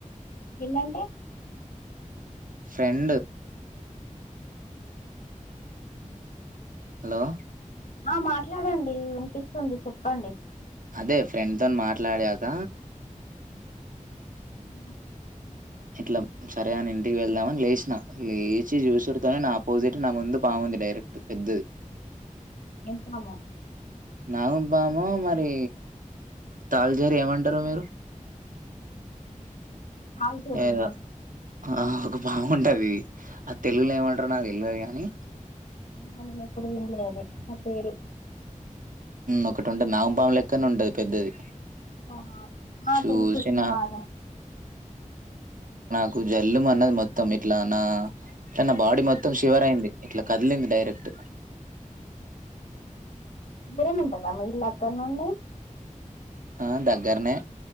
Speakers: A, on the left; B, on the right.
A: విన్నంటడి
B: ఫ్రెం హలో
A: ఆ మాట్లాడండి వినిపిస్తుంది చెప్పండి
B: అదే ఫ్రెండ్ త మాట్లాడాక
A: ఆ
B: ఇట్లా సరే అని ఇంటికి వెళ్దామని లేచిన లేచి చూసిడుతోనే నా ఆపోజిట్ నా ముందు పాముంది డైరెక్ట్ పెద్దది
A: ఎంతన్నామో
B: నాగం బాము మరి తాళజరి ఏమంటారు మీరు
A: అదేరేనా
B: ఏదో ఆ ఒక బాగుంటది ఆ తెలుగులో ఏమంటారు నాకు తెళదు గాని
A: నేను ఎప్పుడు వినలే అదే నా పేరు
B: ఒకటి ఉంటే నాగంపాం లెక్కనే ఉంటది పెద్దది
A: ఆ నా
B: చూసి
A: పెరు చన్నారు
B: నా నా జల్లుం అన్నది మొత్తం ఇట్లా నా ఇట్లా నా బాడీ మొత్తం షవర్ అయింది ఇట్లా కదిలింది డైరెక్ట్
A: శబరం ఉంటందా మీ ఇల్ళ అక్కడ నుండి
B: ఆ దగ్గరనే